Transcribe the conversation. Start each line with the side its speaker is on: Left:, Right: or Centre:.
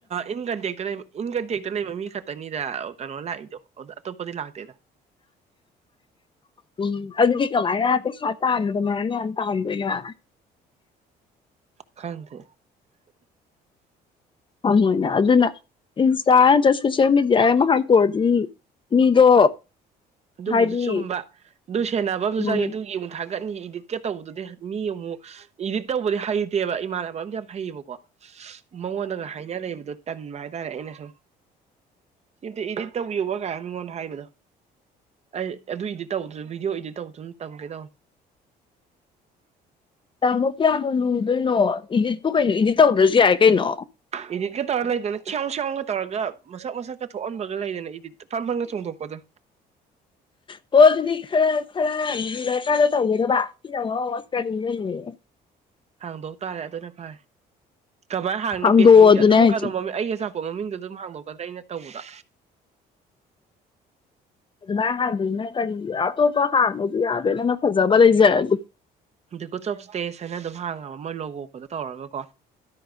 Right: ꯏꯟ ꯀꯟꯇꯦꯛꯇ ꯂꯩꯕ ꯏꯟ ꯀꯟꯇꯦꯛꯇ ꯂꯩꯕ ꯃꯤ ꯈꯛꯇꯅꯤꯗ ꯀꯩꯅꯣ ꯂꯥꯛꯏꯗꯣ ꯑꯣꯗ ꯇꯣꯞꯄꯗꯤ ꯂꯥꯛꯇꯗ
Left: ꯎꯝ ꯑꯗꯨꯗꯤ ꯀꯃꯥꯏꯅꯩ ꯁꯥꯥ ꯇ ꯍꯥꯟꯗꯅ ꯅꯌꯥꯝ ꯇ ꯍꯥꯟꯗꯅ
Right: ꯈꯥꯟ ꯊꯦ
Left: ꯊꯃꯣꯏꯅꯦ ꯑꯗꯨꯅ ꯏꯟꯁꯇꯥ ꯅꯠꯇ꯭ꯔꯒ ꯁꯣꯁꯦꯜ ꯃꯦꯗꯤꯌꯥ ꯑꯃ ꯍꯥꯇ ꯑꯣꯏꯔꯗꯤ ꯃꯤꯗꯣ
Right: ꯑꯗꯨꯕꯨꯗꯨ
Left: ꯍꯥꯏꯗꯤ
Right: ꯆꯨꯝꯕ ꯑꯗꯨ ꯁꯦꯟꯅꯕ ꯑꯃꯁꯁꯨ
Left: ꯎꯝ
Right: ꯆꯪꯉꯦ ꯑꯗꯨ ꯌꯦ ꯊ ꯊꯒꯠꯅꯤ ꯏꯗꯤꯠꯀ ꯇꯧꯕꯗꯨꯗꯤ ꯃꯤ ꯑꯃꯨꯛ ꯏꯗꯤꯠ ꯇꯧꯕꯗꯤ ꯍꯩꯇꯦꯕ ꯏꯃꯥꯟꯅꯕ ꯑ ꯌꯥꯝ ꯍꯩꯌꯦꯕꯀꯣ ꯃꯉꯣꯟꯗꯒ ꯍꯥꯏꯅ ꯂꯩꯕꯗꯨꯣ ꯇꯟꯕ ꯍꯥꯏꯇꯥꯔꯦ ꯑꯩꯅ ꯁꯨꯝ ꯁꯤꯝꯇ ꯏꯗꯤꯠ ꯇꯧꯌꯣꯕ ꯀꯥꯏ ꯃꯤꯉꯣꯟꯗ ꯍꯥꯏꯕꯗꯣ ꯑꯩ ꯑꯗꯨ ꯏꯗꯤꯠ ꯇꯧꯕꯗꯨꯁꯨ ꯚꯤꯗꯤꯑꯣ ꯏꯗꯤꯠ ꯇꯧꯕꯗꯨꯅ ꯇꯝꯒꯦ ꯇꯧꯕ
Left: ꯇꯥꯃꯣ ꯀꯌꯥꯗꯣ ꯂꯨꯗꯣꯏꯅꯣ ꯏꯗꯤꯠꯄꯨ ꯀꯩꯅꯣ ꯏꯗꯤꯠ ꯇꯧꯗ꯭ꯔꯁꯨ ꯌꯥꯏ ꯀꯩꯅꯣ
Right: ꯏꯗꯤꯠꯀ ꯇꯧꯔ ꯂꯩꯗꯅ ꯈ꯭ꯌꯥꯝ ꯁ꯭ꯌꯥꯝꯎꯒ ꯇꯧꯔꯒ ꯃꯁꯛ ꯃꯁꯛꯀ ꯊꯣꯛꯍꯟꯕꯒ ꯂꯩꯗꯅ ꯏꯗꯤꯠ ꯐꯟ ꯐꯟꯒ ꯆꯣꯡꯊꯣꯛꯄꯗꯣ
Left: ꯄꯣꯊꯅꯤ ꯈꯔ ꯈꯔꯕ ꯀꯥꯔꯣ ꯇꯧꯒꯦꯗꯕꯗꯁꯇꯅꯤꯅ ꯅꯌꯦ
Right: ꯍꯪꯕꯧ ꯇꯥꯔꯦ ꯑꯗꯨꯅ ꯐꯔꯦ ꯀꯃꯥꯏꯅ ꯍꯥꯡꯅꯤ
Left: ꯍꯥꯡꯗꯣꯛꯑꯣ
Right: ꯄꯦꯁ ꯃꯃꯤꯡꯁꯦ
Left: ꯑꯗꯨꯅꯦ
Right: ꯑꯗꯨꯝ
Left: ꯍꯥꯏꯁꯦ
Right: ꯀꯩꯅꯣ ꯃꯃꯤꯡ ꯑꯩ ꯑꯆꯥꯄ ꯃꯃꯤꯡꯗ ꯑꯗꯨꯝꯥꯡꯗꯣꯛꯀꯗ꯭ꯔꯥ ꯑꯩꯅ ꯇꯧꯕꯗ
Left: ꯑꯗꯨꯃꯥꯏꯅ ꯍꯥꯡꯗꯅꯤꯅꯪ ꯀꯔꯤ ꯑꯇꯣꯞꯄ ꯍꯥꯡꯕꯁꯨ ꯌꯥꯗꯦ ꯅꯪ ꯅꯪ ꯐꯖꯕ ꯂꯩꯖꯔꯒꯦ
Right: ꯑ ꯒꯨꯠꯁ ꯑꯣꯐ ꯏꯁꯇꯦꯁ ꯍꯥꯏꯅ ꯑꯗꯨꯝ ꯍꯥꯡꯉꯕ ꯃꯣꯏ ꯂꯣꯒꯣꯛꯄꯗ ꯇꯧꯔꯒ ꯀꯣ